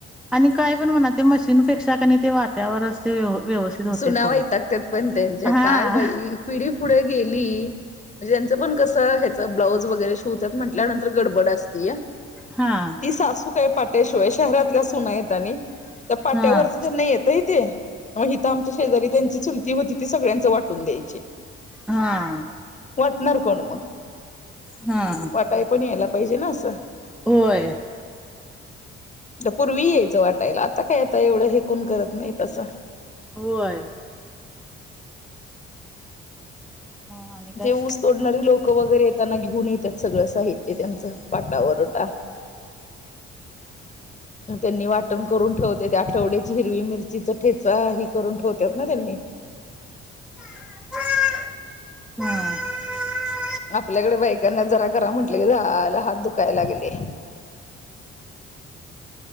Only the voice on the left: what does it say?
सुना
वैतागत्यात पण त्यांच्या
काय बाई पिढी पुढे गेली म्हणे त्यांच पण कस ब्लाऊज वगैरे शिवतात म्हटल्यानंतर गडबड असती
ती सासू काय पाट्याशिवाय शहरातल्या असूय आणि त्या पाट्यावरच
त्यां नाही येतय ते मग हिथं आमच्या शेजारी त्यांची चुलती होती ती सगळ्यांच वाटून द्यायची
वाटणार कोण मग
वाटाय पण यायला पाहिजे ना असं
पूर्वी यायचं वाटायला आता काय आता एवढं हे कोण करत नाही तसं
ते ऊस तोडणारी लोक वगैरेे आहेत त्यांना घेऊन येतात सगळं साहित्य त्यांचं पाटा वरवंटा
त्यांनी वाटण करून ठेवते त्या आठवड्याची हिरवी मिरचीचा ठेचा हे करून ठेवतात ना त्यांनी
आपल्याकडे बायकांना जरा करा म्हटलं की झाल हात दुखायला लागले